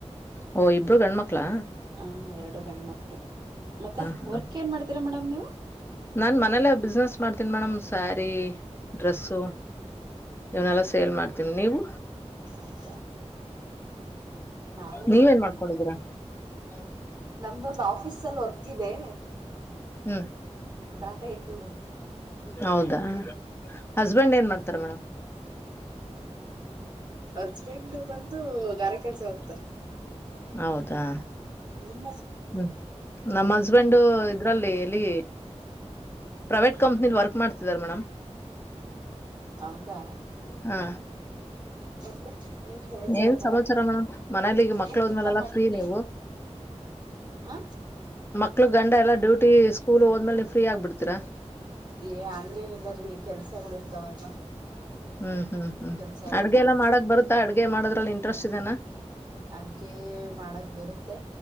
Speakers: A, on the left; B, on the right.
A: ಓ ಇಬ್ರು ಗಂಡ್ ಮಕ್ಳಾ
B: ಹ ಎರಡು ಗಂಡ ಮಕ್ು ಮತ್ತೆ
A: ಹ
B: ವರ್ಕ್ ಏನ್ ಮಾಡ್ತೀರಾ ಮೇಡಮ್ ನೀವು
A: ನಾನ್ ಮನೇಲ್ಲ ಬಿಸ್ನೆಸ್ ಮಾಡ್ತೀನಿ ಮೇಡಮ್ ಸ್ಯಾರಿ ಡ್ರೆಸ್ಸು ಇವನೆಲ್ಲಾ ಸೇಲ್ ಮಾಡ್ತೀನಿ ನೀವು
B: ಹೌದಾ ನಾವು
A: ನೀವೇನ್ ಮಾಡ್ಕೊಂಡಿದ್ದೀರಾ ಹ
B: ನಮ್ದೊಂದು್ ಆಫೀಸ್ ಅಲ್ಲಿ ವರ್ಕ್ ಇದೆ
A: ಹ್ಮ್
B: ದಾಟಾ ಟಿ ಬರ್ತಿ
A: ಹೌದಾ ಹಸ್ಬೆಂಡ್ ಏನ್ ಮಾಡ್ತಾರ ಮೇಡಮ್
B: ಹಸ್ಬೆಂಡ್ ಬಂದು ಗಾರ ಕೆಲ್ಸ ಹೋಗ್ತಾರೆ
A: ಹೌದಾ
B: ಹ್ಮ್ ನಿಮ್ಮ
A: ಹ್ಮ ನಮ್ಮ್ ಹಸ್ಬೆಂಡ ಇದ್ರಲ್ಲಿ ಎಲ್ಲಿ ಪ್ರೈವೇಟ್ ಕಂಪ್ನಿಲಿ ವರ್ಕ್ ಮಾಡ್ತಿದ್ದಾರೆ ಮೇಡಮ್
B: ಹೌದಾ
A: ಹಾ
B: ಮತ್ತ ನೀನ್ ಸಮಸರ
A: ಏನ್
B: ಮೇಡಮ್
A: ಸಮಾಚಾರ ಮನೇಲಿ ಈಗ ಮಕ್ಳು
B: ಏನ್
A: ಹೋದ್ಮೇಲೆಲ್ಲಾ
B: ಟಿಫನ್ ಮಾಡಿದ್ರಿ
A: ಫ್ರೀ ನೀವು
B: ಹ
A: ಮಕ್ಳ ಗಂಡ ಎಲ್ಲ ಡ್ಯೂಟಿ ಸ್ಕೂಲ್ ಹೋದ್ಮೇಲೆ ನೀವು ಫ್ರೀ ಆಗ್ಬಿಡ್ತೀಾ
B: ಏ ಹಂಗೇನಿಲ್ಲ ರೀ ಕೆಲ್ಸಗಳು ಇರ್ತಾವಲ್ವಾ
A: ಹ್ಮ್ ಹ್ಮ್ ಹ್ಮ್
B: ಕೆಲ್ಸ ಎಲ್ಲಾ
A: ಅಡ್ಗೆಲ್ಲಾ
B: ಮಾಡ್ಕೋಬೇಕು
A: ಮಾಡಕ್ ಬರುತ್ತಾ ಅಡ್ಗೆ ಮಾಡೋದ್ರಲ್ಲಿ ಇಂಟ್ರೆಸ್ಟ್ ಇದದೆನಾ
B: ಅಡ್ಗೆ ಮಾಡಕ್ ಬರುತ್ತೆ